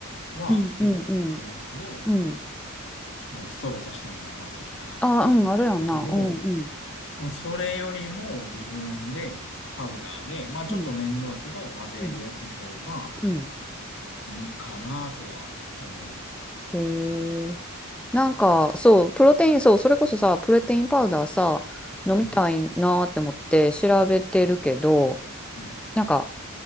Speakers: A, on the left; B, in the centre.
A: は結構あんねんけど、
B: うんうんうん。うん。
A: もうストローさして飲めますみたいなやつがあるけど、
B: ああ、うん、あるやんな。うんうん
A: でもそれよりも自分でパウダーで、まあちょっと面倒だけど混ぜるやつの方が
B: うんうんうん。
A: いいかなとは思う。
B: へえ。なんか、そう、プロテイン、そう、それこそさ、プロテインパウダーさ、飲みたいなーって思って調べてるけど、
A: うん。うん。う
B: なんか、